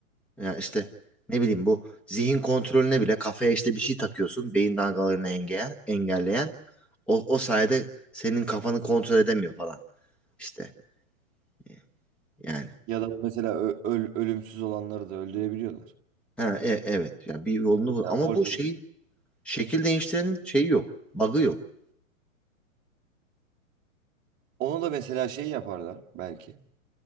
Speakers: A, in the centre; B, on the right.
A: Ya işte ne bileyim bu zihin kontrolüne bile kafaya işte bir şey takıyorsun. Beyin dalgalarını engelleyen, engelleyen. O, o sayede senin kafanı kontrol edemiyor falan. işte e, yani.
B: Ya da mesela ö- öl ölümsüz olanları da öldürebiliyorlar.
A: Ha, e- evet ya bir yolunu bul.
B: Ya
A: Ama
B: Wolverine
A: bu şeyin şekil değiştirenin şeyi yok. Bug'ı yok.
B: Ona da mesela şey yaparlar belki.